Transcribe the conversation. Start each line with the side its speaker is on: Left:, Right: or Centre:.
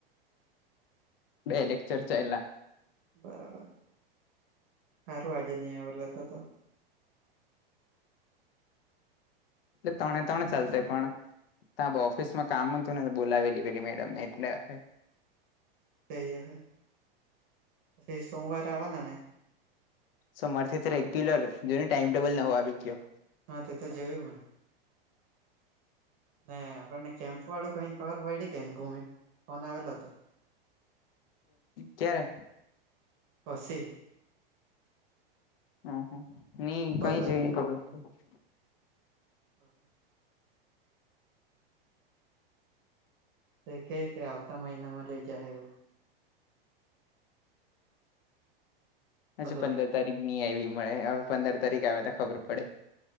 Left: બે લેક્ચર ચાલ્યા.
Right: બરાબર, સારું આજે નહી આવેલો તો તો.
Left: એટલે તણે તણે ચાલતા પણ તા ઓફિસમાં કામ હતું ને તો બોલાવેલીી પેલી મેડમ ને એટલે અહે.
Right: થઈ જહે, પછી સોમવારે આવેવાના ને?
Left: સોમાવાર થીતો રેગ્યુલર, જોને ટાઈમ ટેબલ નવો આવી ગયો.
Right: હા તે તો જોયું મેં. ના આપણને કેમ્પ વાળું કઈ ખબર પડી કે ભૂમિક ફોન આવેલો હતો.
Left: ક્યારે?
Right: પશી.
Left: <unintelligible>
Right: બપોર બાજુ <unintelligible> એ કેય કે આવતા મહિનામાં લઈ જાહે એવું.
Left: હજુ
Right: હલો.
Left: પંદર તારીખ ની આવી મળે, હવે પંદર તારીખ આવે તો ખબર પડે.